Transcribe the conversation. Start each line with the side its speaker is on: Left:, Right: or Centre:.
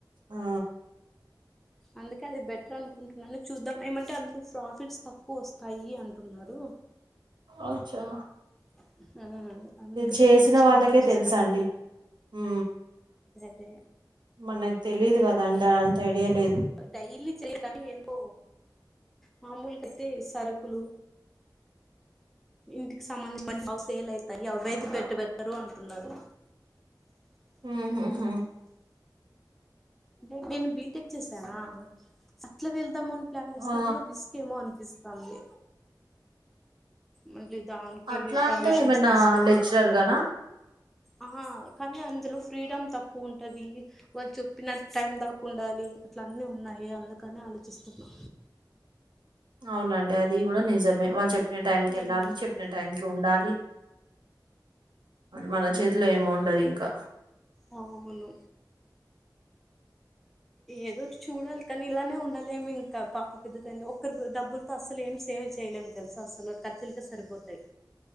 Right: ఆ
Centre: అందుకే అది బెటర్ అనుకుంటున్నాను చూద్దాం ఏమంటే అందులో ప్రాఫిట్స్ తక్కువ వస్తాయి అంటున్నారు
Right: అచ్చా
Centre: <unintelligible>
Right: చేసిన
Centre: కొంచెం
Right: వాళ్ళకే
Centre: ఆలోచిస్తాను
Right: తెలుసు అండి ఉ
Centre: బే
Right: మనకు తెలీదు కదా అంతా ఐడియా లేదు
Centre: డైలీ చేయరు కానీ ఏదో మామూలుగా అయితే సరకులు ఇంటికి సంబంధించిన అ సేల్ అవుతాయి అవి అయితే పెట్టుబెట్టరు అంటున్నారు
Right: ఉ హు హు
Centre: అంటే నేను బీటెక్ చేశానా అట్లా వెళ్దామని అట్లా చూసినాకూడా
Right: ఆ
Centre: రిస్క్ ఏమో అనిపిస్తుంది మళ్ళీ దానికి
Right: అట్లా
Centre: పర్మిషన్స్
Right: అంటే ఏమైనా
Centre: తీసుకొని
Right: లెక్చరర్ గానా
Centre: ఆ కానీ అందులో ఫ్రీడమ్ తక్కువ ఉంటది వాళ్లు చెప్పిన టైం దాకు ఉండాలి అట్లా అన్నీ ఉన్నాయి అందుకనే ఆలోచిస్తునా
Right: అవునండి అది కూడా నిజమే వాళ్ళు చెప్పిన టైం
Centre: ఆలోచిస్తున్నా
Right: క వెళ్ళాలి చెప్పిన టైం కి ఉండాలి మన చేతిలో ఏమ ఉండదు ఇంకా
Centre: అవును ఏదో చూడాలి కానీ ఇలానే ఉండాలేము ఇంకా పాప పెద్ద అయింది ఒకరు డబ్బులతో అసలు ఏం సేవ్ చేయలేం తెలుస అసలు ఖర్చులుగా సరిపోతాయి